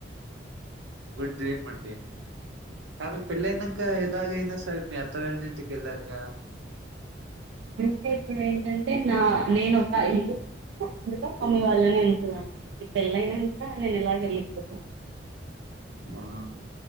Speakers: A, on the right (about 85°); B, on the right (about 70°).
A: గుడ్ డే గుడ్ కానీ పెళ్ళ అయినక ఎలాగైనా సరే మీ అత్త వాళ్ళింటికి వెళ్ళాలి గా
B: ఇంకాే ఇప్పుడంటే నా నేను ఒక ఇల్ అందు మమ్మీ వాళ్ళని ఉంచుదాం అని పెళ్ళైనాక నేను ఇలాగ వెళ్ళిపోతాను
A: ఆ